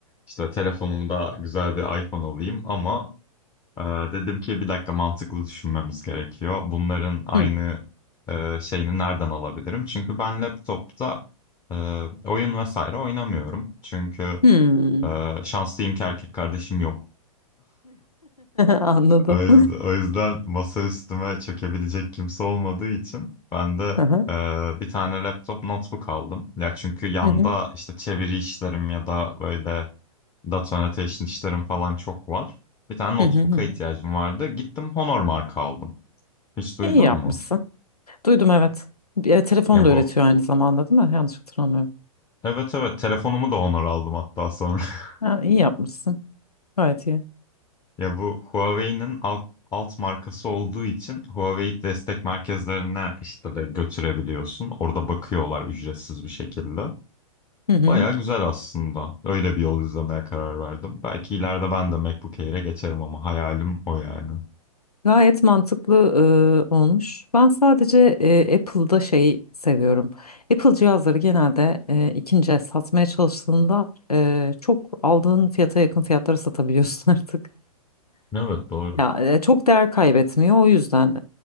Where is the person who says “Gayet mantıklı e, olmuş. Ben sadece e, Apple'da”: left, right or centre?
Left